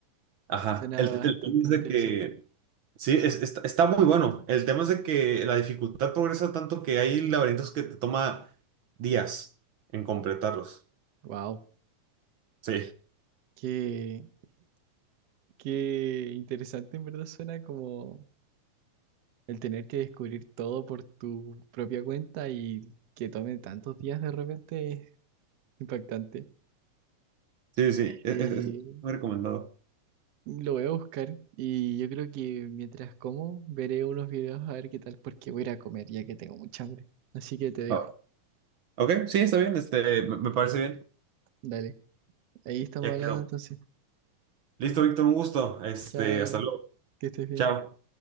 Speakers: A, on the right; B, on the right.
A: Ajá.
B: Suena
A: El,
B: bastante
A: el tema es
B: interesante.
A: de que Sí, es- está, está muy bueno. El tema es de que la dificultad progresa tanto que hay laberintos que te toma días en completarlos.
B: Wow.
A: Sí,
B: Qué, qué interesante en verdad suena como el tener que descubrir todo por tu propia cuenta y que tome tantos días de repente es impactante.
A: sí, sí, es,
B: Eh,
A: es- es muy recomendado.
B: lo voy a buscar y yo creo que mientras como veré unos videos a ver qué tal porque voy a ir a comer ya que tengo mucha hambre. Así que te dejo.
A: Ah, ok, sí, está bien, este, me, me parece bien.
B: Dale, ahí estamos
A: Ya
B: hablando
A: quedó.
B: entonces.
A: Listo, Víctor, un gusto. Este,
B: Chao,
A: hasta luego.
B: que estés bien.
A: Chao.